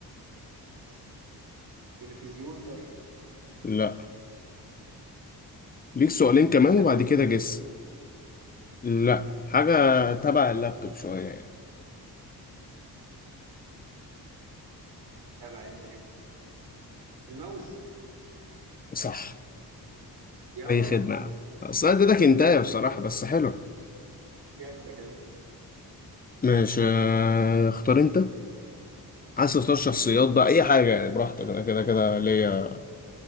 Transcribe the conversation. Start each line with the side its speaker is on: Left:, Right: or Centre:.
Right: تلفزيون طيب
Left: لا ليك سؤالين كمان
Right: لابتوب
Left: وبعد كده جس لا حاجة تبع اللابتوب شوية يعني
Right: تبع اللعبة الماوس
Left: صح
Right: يا راجل
Left: اي خدمة يا عم اصل أنا اديتك انتايه بصراحة بس حلو
Right: جامدة جامدة
Left: ماشي آه، اختار انت عايز تختار شخصيات
Right: مم.
Left: بقى اي حاجة يعني براحتك انا كده كده ليا